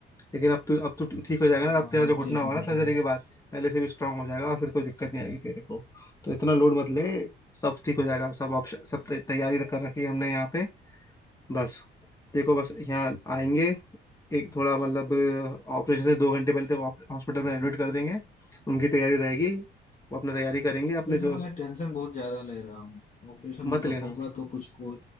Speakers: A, on the left; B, on the left.
A: लेकिन अब तू अब तू ठीक हो जाएगा
B: हाँ
A: ना
B: हाँ
A: अब तेरा
B: हाँ
A: जो घुटना
B: ठीक
A: होगा
B: है ठीक
A: ना सर्जरी
B: है ठीक है।
A: के बाद पहले से भी स्ट्रांग हो जाएगा और फिर कोई दिक्कत नहीं आएगी तेरे को तो इतना लोड मत ले सब ठीक हो जाएगा सब ऑप्शन सब तै- तैयारी कर रखी है हमने यहाँ पे बस देखो बस यहाँ आएंगे एक थोड़ा मतलब ऑपरेशन से दो घंटे पहले तक हॉस्पिटल में एडमिट कर देंगे उनकी तैयारी रहेगी वो अपने तैयारी करेंगे
B: ऑपरेशन
A: अपने जो
B: का मैं टेंशन बहुत ज्यादा ले रहा हूँ ऑपरेशन मतलब
A: मत लेना
B: होगा तो कुछ को